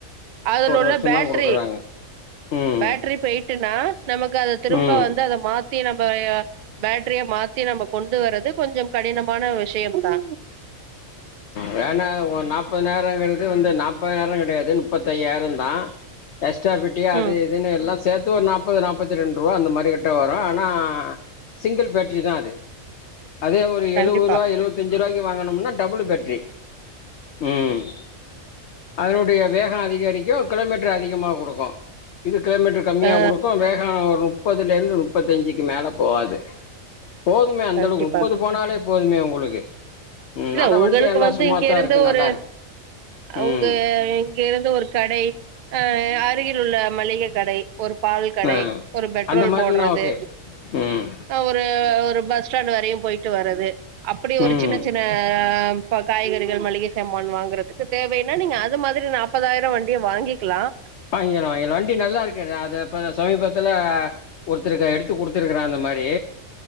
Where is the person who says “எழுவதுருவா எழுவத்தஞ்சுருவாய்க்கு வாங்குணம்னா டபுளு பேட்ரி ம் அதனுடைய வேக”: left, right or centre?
Left